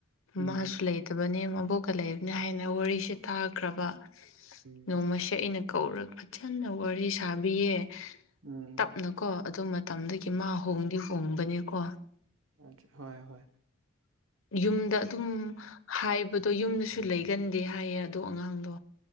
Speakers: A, on the right; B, on the left.
A: ꯎꯝ
B: ꯃꯥꯁꯨ ꯂꯩꯇꯕꯅꯦ ꯃꯕꯣꯛꯀ ꯂꯩꯕꯅꯤ ꯍꯥꯏꯅ ꯋꯥꯔꯤꯁꯦ ꯇꯥꯈ꯭ꯔꯕ
A: ꯎꯝ
B: ꯅꯣꯡꯃꯁꯦ ꯑꯩꯅ ꯀꯧꯔꯒ ꯐꯖꯅ ꯋꯥꯔꯤ ꯁꯥꯕꯤꯌꯦ
A: ꯎꯝ
B: ꯇꯞꯅꯀꯣ ꯑꯗꯨ ꯃꯇꯝꯗꯒꯤ ꯃꯥ ꯍꯣꯡꯗꯤ ꯍꯣꯡꯕꯅꯦꯀꯣ
A: ꯑ ꯍꯣꯏ ꯍꯣꯏ
B: ꯌꯨꯝꯗ ꯑꯗꯨꯝ ꯍꯥꯏꯕꯗꯣ ꯌꯨꯝꯗꯁꯨ ꯂꯩꯒꯟꯗꯦ ꯍꯥꯏꯌꯦ ꯑꯗꯣ ꯑꯉꯥꯡꯗꯣ